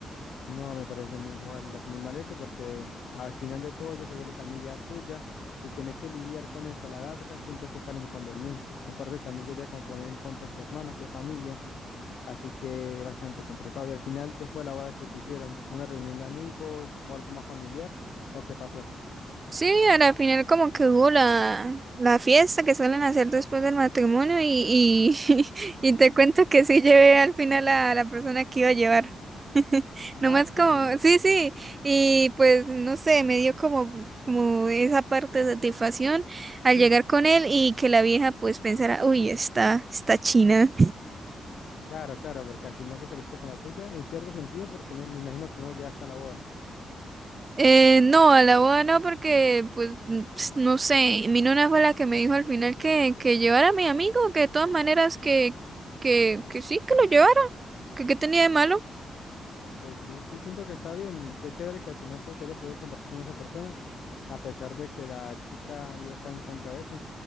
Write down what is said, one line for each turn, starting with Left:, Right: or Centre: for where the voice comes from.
Left: No, me parece muy mal, me parece muy mal eso porque al final de todo ella se vuelve familia tuya y tener que lidiar con eso a la larga siento que es para inconveniente. Aparte también sería como poner en contra a su hermano que es familia, así que es bastante complicado. Y al final, después de la boda que se hicieron, una reunión de amigos o algo más familiar, ¿o qué pasó?
Right: Sí, a la final como que hubo la, la fiesta que suelen hacer después del matrimonio y, y, <laughs> y te cuento que sí llevé al final a la persona que iba a llevar. <laughs>
Left: Ah,
Right: Nomás
Left: sí.
Right: como, sí, sí, y pues no sé, me dio como, como esa parte de satisfacción al
Left: <laughs>
Right: llegar con él y que la vieja pues pensara, uy, está, está china.
Left: Claro, claro, porque al final te saliste con la tuya, en cierto sentido, porque no, me imagino que no lo llevaste hasta la boda.
Right: Eh, no, a la boda no, porque, pues, mm, ps, no sé, mi nona fue la que me dijo al final que, que llevara a mi amigo, que de todas maneras que, que, que sí, que lo llevara, que qué tenía de malo.
Left: Pues sí, sí, siento que está bien y qué chévere que al final pues se haya podido compartir con esa persona, a pesar de que la chica hubiera estado en contra de eso.